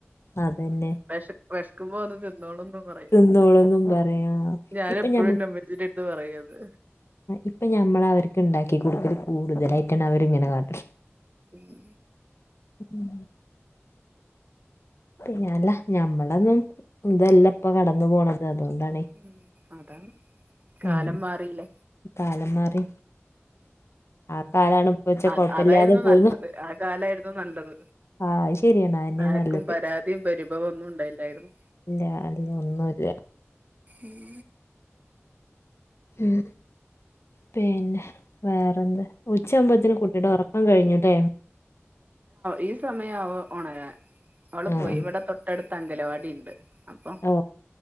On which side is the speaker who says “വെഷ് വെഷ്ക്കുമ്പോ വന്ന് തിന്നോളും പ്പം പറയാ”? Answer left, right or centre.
Right